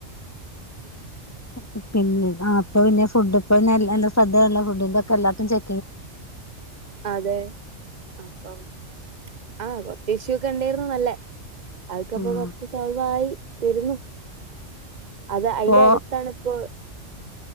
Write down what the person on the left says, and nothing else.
അപ്പൊ പിന്നെ ആ അപ്പൊ പിന്നെ ഫുഡ് ഇപ്പൊ നല്ലയല്ല ശ്രദ്ധയൊളള ഫുഡിന്റെ ഒക്കെ എല്ലാടത്തും ചെ
ആഹ്
ഇപ്പൊ